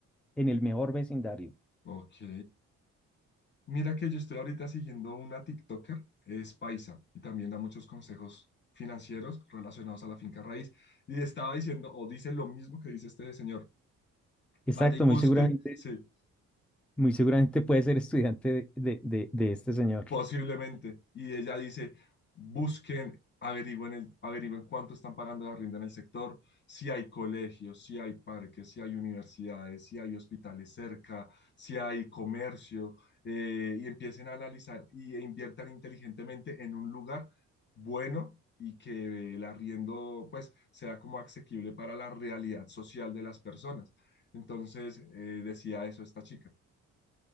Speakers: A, in the centre; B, on the left.
A: en el mejor vecindario.
B: ok. Mira que yo estoy ahorita siguiendo una TikToker, es paisa y también da muchos consejos financieros relacionados a la finca raíz. Y estaba diciendo, o dice lo mismo que dice este señor,
A: Exacto,
B: vaya y busque,
A: muy seguramente,
B: sí,
A: muy seguramente puede ser estudiante de de- de- de este señor.
B: Posiblemente. Y ella dice, busquen, averigüen, el, averigüen cuánto están pagando la renta en el sector, si hay colegios, si hay parques, si hay universidades, si hay hospitales cerca, si hay comercio, eh, y empiecen a analizar y, e inviertan inteligentemente en un lugar bueno y que el arriendo pues sea como asequible para la realidad social de las personas. Entonces, eh, decía eso esta chica.